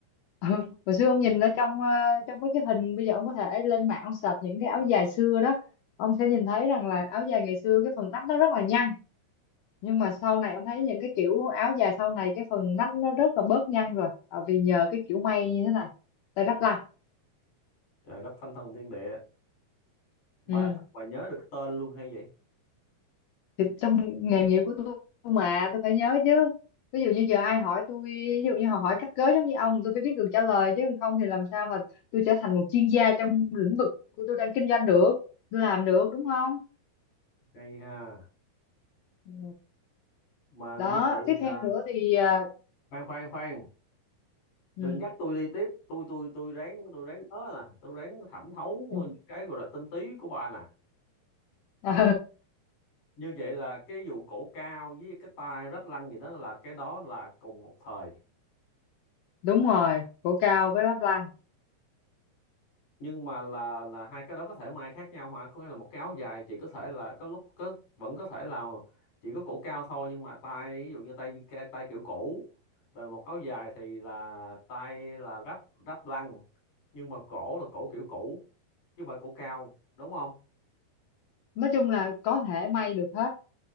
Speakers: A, on the left; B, on the left.
A: <laughs> ừ, hồi xưa ông nhìn ở trong ờ, trong mấy cái hình bây giờ ông có thể lên mạng ông search những cái áo dài xưa đó ông sẽ nhìn thấy rằng là áo dài ngày xưa cái phần nách nó rất là nhăn nhưng mà sau này em thấy những cái kiểu áo dài sau này cái phần nách nó rất là bớt nhăn rồi Ờ, vì nhờ cái kiểu may như thế này tay đắp lại
B: trời đất thánh thần thiên địa bà
A: ừ.
B: bà nhớ được cái tên luôn hay vậy
A: thì trong nghề nghiệp của tôi mà tôi phải nhớ chứ ví dụ như giờ ai hỏi tôi ví dụ như họ hỏi cắt cớ giống như ông tôi phải biết được trả lời chứ không thì làm sao mà tôi trở thành một chuyên gia trong lĩnh vực của tôi đang kinh doanh được tôi làm được đúng không
B: hay ha
A: ừ.
B: mà
A: đó
B: như vậy
A: tiếp
B: là
A: theo nữa thì à,
B: khoan khoan khoan đừng
A: ừ.
B: dắt tôi đi tiếp tôi tôi tôi ráng tôi ráng nhớ nè tôi ráng thẩm thấu
A: Ừ. <laughs>
B: những cái gọi là tinh túy của bà nè
A: Ừ,
B: như vậy là cái vụ cổ cao với cái tai rách lăn gì đó là cái đó là cùng một thời
A: đúng rồi cổ cao với đắp lăng
B: nhưng mà là là hai cái đó có thể may khác nhau hả có nghĩa là một cái áo dài chỉ có thể là có lúc có vẫn có thể là chỉ có cổ cao thôi nhưng mà tai ví dụ như tay cái tay kiểu cổ rồi một áo dài thì là tay là ráp ráp lăn nhưng mà cổ là cổ kiểu cũ chứ không phải cổ cao đúng không
A: nói chung là có thể may được hết